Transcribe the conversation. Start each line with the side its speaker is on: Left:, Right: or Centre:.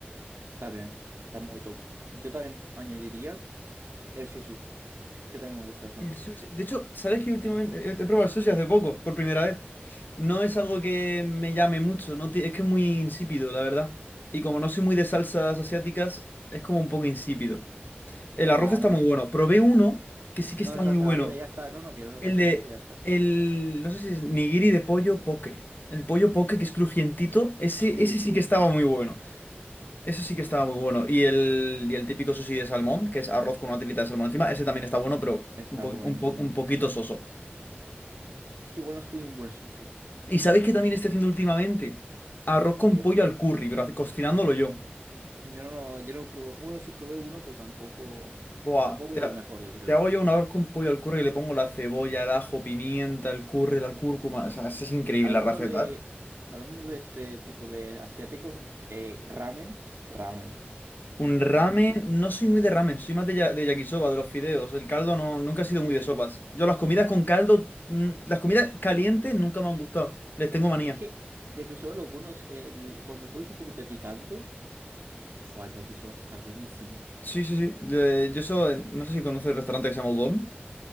Right: Está bien. Está muy top. Yo también añadiría el sushi. Es que también me gusta bastante.
Left: el sushi- De hecho, ¿sabes que últimamente he he probado el sushi hace poco, por primera vez? No es algo que me llame mucho, no ti- es que es muy insípido, la verdad. Y como no soy muy de salsas asiáticas, es como un poco insípido. El
Right: Nada,
Left: arroz está muy
Right: no,
Left: bueno. Probé uno que sí que
Right: no
Left: está
Right: le salsa
Left: muy bueno.
Right: a la vida, ya está. No, no quiero no
Left: El
Right: salsa
Left: de,
Right: a la vida, ya está.
Left: el, no sé si es nigiri de pollo poke. El pollo poke que es crujientito, ese,
Right: Sí,
Left: ese
Right: sí,
Left: sí que estaba
Right: sí.
Left: muy bueno. Eso sí que estaba muy bueno. Y el, y el típico sushi de salmón, que es arroz con una tirita de salmón encima, ese también está bueno, pero
Right: Está
Left: un, po-
Right: buenísimo
Left: un po- un
Right: ese.
Left: poquito soso.
Right: Es que igual no has comido un buen sushi.
Left: ¿Y sabéis que también estoy haciendo últimamente? Arroz
Right: ¿Por
Left: con
Right: qué?
Left: pollo al curry, pero hace- cocinándolo yo.
Right: No, no, no, yo no probé. Bueno, sí probé uno, pero tampoco.
Left: Buah,
Right: Tampoco
Left: te,
Right: el mejor, yo creo.
Left: te hago yo una vez con pollo al curry y le pongo la cebolla, el ajo, pimienta, el curry, la cúrcuma. O sea, esa es increíble
Right: Hablando
Left: la receta.
Right: de.
Left: ¿eh?
Right: Hablando de este tipo de asiáticos, eh, ramen. Ramen.
Left: Un ramen,
Right: Ramen.
Left: no soy muy de ramen, soy más de, ya- de yakisoba, de los fideos. El caldo no, nunca he sido
Right: Sí,
Left: muy
Right: sé
Left: de sopas.
Right: cuál.
Left: Yo las comidas con caldo, mm, las comidas calientes nunca me han gustado. Les
Right: Pues
Left: tengo manía.
Right: es que yakisoba lo bueno es el, cuando pones un poquito de picante, fue el yakisoba está buenísimo.
Left: Sí, sí, sí. de- yo eso, eh, no sé si conoces el restaurante que se llama Udon.